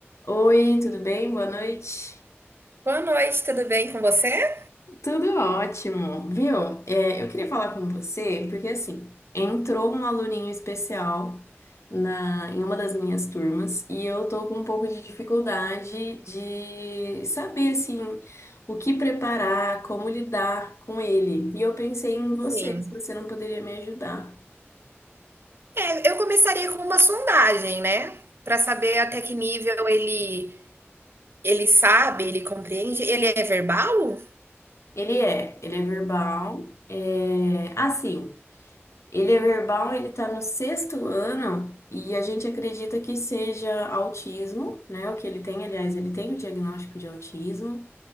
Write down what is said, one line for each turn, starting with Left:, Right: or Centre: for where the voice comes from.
Left: Oi, tudo bem? Boa noite.
Right: Boa noite, tudo bem com você?
Left: Tudo ótimo, viu? É, eu queria falar com você porque assim entrou um aluninho especial na em uma das minhas turmas e eu tô com um pouco de dificuldade de saber assim o que preparar, como lidar com ele. E eu pensei em você,
Right: Sim.
Left: se você não poderia me ajudar.
Right: É, eu começaria com uma sondagem, né? Para saber até que nível ele ele sabe, ele compreende. Ele é verbal?
Left: Ele é, ele é verbal, é assim. Ele é verbal, ele está no sexto ano e a gente acredita que seja autismo, né? O que ele tem, aliás, ele tem o diagnóstico de autismo,